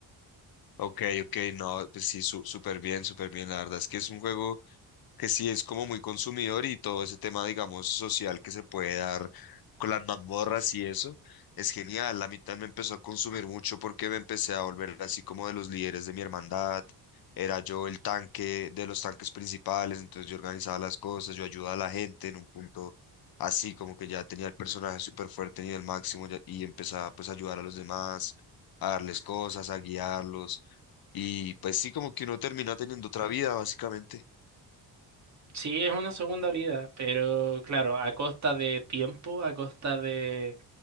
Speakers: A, on the left (about 60°); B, on the right (about 45°).
A: Ok, ok, no, pues sí, su- súper bien, súper bien. La verdad es que es un juego que sí es como muy consumidor y todo ese tema, digamos, social que se puede dar con las mazmorras y eso, es genial. La mitad me empezó a consumir mucho porque me empecé a volver así como de los líderes de mi hermandad. Era yo el tanque de los tanques principales, entonces yo organizaba las cosas, yo ayudaba a la gente en un punto así, como que ya tenía el personaje súper fuerte ni el máximo ya- y empezaba pues a ayudar a los demás, a darles cosas, a guiarlos. Y pues sí, como que uno termina teniendo otra vida, básicamente.
B: Sí, es una segunda vida, pero claro, a costa de tiempo, a costa de...